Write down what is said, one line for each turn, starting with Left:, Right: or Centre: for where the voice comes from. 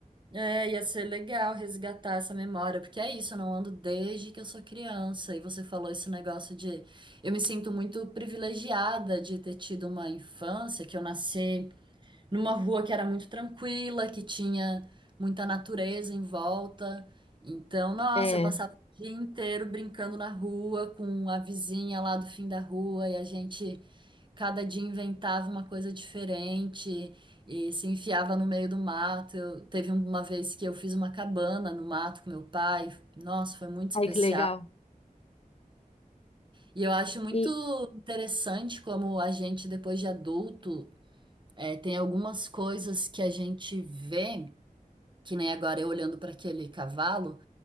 Right: É, ia ser legal resgatar essa memória, porque é isso, eu não ando desde que eu sou criança. E você falou esse negócio de eu me sinto muito privilegiada de ter tido uma infância, que eu nasci. numa rua que era muito tranquila, que tinha muita natureza em volta. Então, nossa,
Left: É,
Right: eu passava o dia inteiro brincando na rua com a vizinha lá do fim da rua e a gente cada dia inventava uma coisa diferente e se enfiava no meio do mato. Eu, teve uma vez que eu fiz uma cabana no mato com meu pai. Nossa, foi muito especial.
Left: ai que legal.
Right: E eu acho muito
Left: E
Right: interessante como a gente, depois de adulto, eh, tem algumas coisas que a gente vê. que nem agora eu olhando para aquele cavalo